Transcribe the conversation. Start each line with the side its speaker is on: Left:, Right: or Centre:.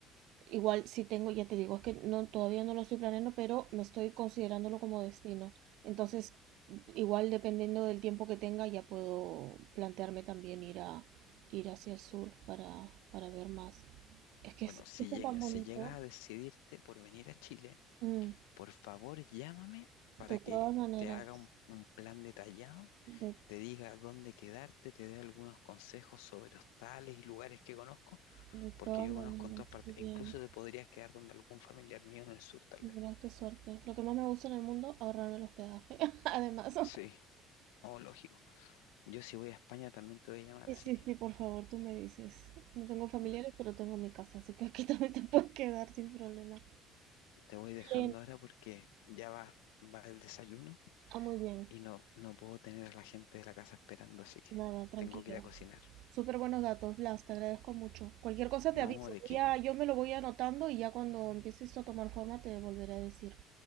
Right: Igual si tengo, ya te digo, es que no, todavía no lo estoy planeando, pero me estoy considerándolo como destino. Entonces, igual dependiendo del tiempo que tenga, ya puedo plantearme también ir a ir hacia el sur para, para ver más. Es que
Left: Bueno,
Right: es, es
Left: si,
Right: que está
Left: lle-
Right: tan
Left: si
Right: bonito.
Left: llegas a decidirte por venir a Chile,
Right: Mm,
Left: por favor llámame para
Right: de todas
Left: que
Right: maneras,
Left: te haga un un plan detallado
Right: de,
Left: te diga dónde quedarte, te dé algunos consejos sobre hostales y lugares que conozco,
Right: de
Left: porque
Right: todas
Left: yo
Right: maneras,
Left: conozco en todas partes,
Right: qué bien.
Left: e incluso te podrías quedar donde algún familiar mío en el sur, tal
Right: Mira
Left: vez.
Right: qué suerte. Lo que más me gusta en el mundo, ahorrarme el hospedaje, <laughs> además.
Left: Sí, oh, lógico. Yo si voy a España también te voy a llamar,
Right: Sí,
Left: así
Right: sí,
Left: que
Right: sí, por favor, tú me dices. No tengo familiares,
Left: me-
Right: pero tengo mi casa, así que aquí <laughs> también te puedes quedar sin problema.
Left: te voy dejando
Right: Bien,
Left: ahora porque ya va, va el desayuno
Right: ah, muy bien.
Left: y no, no puedo tener a la gente de la casa esperando, así que
Right: Nada, tranquilo.
Left: tengo que ir a cocinar.
Right: Súper buenos datos, Blas, te agradezco mucho. Cualquier cosa te
Left: No,
Right: aviso.
Left: ¿de qué?
Right: Voy a- yo me lo voy anotando y ya cuando empiece esto a tomar forma te volveré a decir.